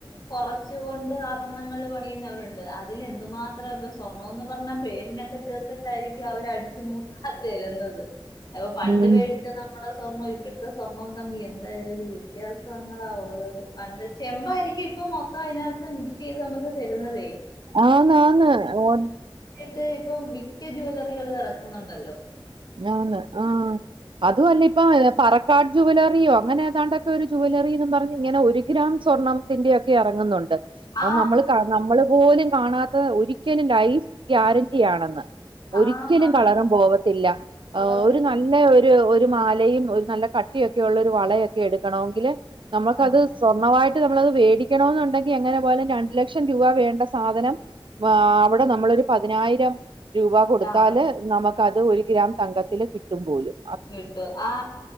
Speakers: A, on the left; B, on the right.
A: കൊറച്ച് കൊണ്ട് ആഭരണങ്ങൾ പണിയുന്നവരുണ്ട് അതിലെന്ത് മാത്ര പ സ്വർണ്ണാേന്ന് പർഞ്ഞാ പേരിനക്കെ ചേർത്തിട്ടായ്രി ക്കും അവരടിച്ച് <unintelligible> തര്ന്നത് അപ്പൊ പണ്ട്
B: ഉം
A: വേടിച്ച നമ്മ സ്വർണ്ണം ഇപ്പഴ്ത്തെ സ്വർണ്ണവും തമ്മി എന്തായാെരു വ്യത്യാസങ്ങളാ ഒള്ളത് പണ്ട് ചെമ്പായിരിക്കും ഇപ്പം മൊത്തം അയ്നക് ത്ത് മിക്സ് ചെയ്ത് നമുക്ക് തര്ന്നതേ
B: ആന്നാ ആന്ന് ഓൻ
A: ക്കെ ഇപ്പൊ മിക്ക ജ്വാേലറികളും എറക്ക്ന്ന്ണ്ടല്ലോ
B: ആന്ന് ആ അതും അല്ല ഇപ്പം പറക്കാട് ജുവ് ലറിയോ അങ്ങനെ ഏതാണ്ടൊക്കെ ഒരു ജു വ് ലറീന്നും പറഞ്ഞ് ഇങ്ങനെ ഒര് ഗ്രാം സ്വർണ്ണംത്തിന്റെയൊക്കെ എറങ്ങ്ന്നുണ്ട് അ
A: ആ
B: നമ്മൾ ക നമ്മള് പോലും കാണാത്തത് ഒരിക്കലും ലൈഫ് ഗ്യാരണ്ടി ആണെന്ന് ഒരിക്കലും
A: ആ ആ ആ
B: കളറും പോവത്തില്ല
A: ലോകത്ത്
B: ആ ഒര് നല്ല ഒരു തൊരു മാലയും ഒര് നല്ല കട്ടിയൊക്കെ ഒള്ളാെരു വളയൊക്കെ എട്ക്കണമെങ്കില് നമ്ക്കത്
A: ആ
B: സ്വർണ്ണമായിട്ട് നമ്മളത് വേടിക്കണമെന്നുണ്ടെങ്കി എങ്ങനെ പോയാലും രണ്ട് ലക്ഷം രൂപ വേണ്ട സാധനം വ അവ്ടെ നമ്മളൊരു പതിനായിരം രൂപാ കൊടുത്താല്
A: ആ
B: നമക്ക് അത് ഒര് ഗ്രാം സംഘത്തില് കിട്ടുംപോലും
A: നിട്ടു ആഹ്